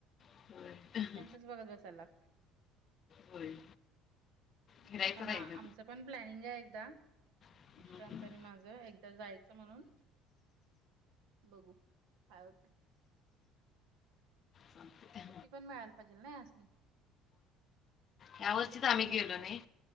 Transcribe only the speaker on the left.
हो
<unintelligible>
होय. फिरायचं
राहिलं
हम्म,
हम्म,
चालतंय.
यावर्षीच
आम्ही
गेलो नाही